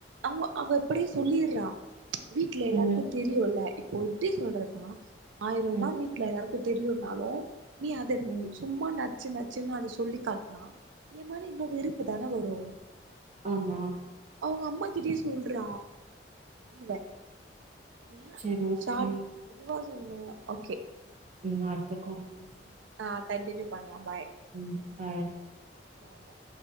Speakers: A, on the right (about 80°); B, on the right (about 40°).
A: அவ் அவ அப்டே சொல்லிட்றா வீட்ல எல்லாருக்கு
B: ம்
A: தெரியுல்ல இப்போ எப்டி சொல்றதுன்னா ஆயிர
B: ம்
A: தா வீட் வீட்ல எல்லாருக்கு தெரியுன்னாலு நீ அத
B: ம்
A: சும்மா நச்சு நச்சுன்னு அத சொல்லி காட்னா எ மேல இன்னு வெறுப்பு தான வரு
B: ஆமா
A: அவுங்க அம்மா கிட்டயே சொல்றா இதுல ஏ
B: சரி ஓகே
A: சா இதுவா சொன்ன ஓகே
B: ம் அடுத்த கால்ல பேசலா
A: ஆ கண்டினியூ பண்லா பாய்
B: ம் பாய்
A: பாய் பாய்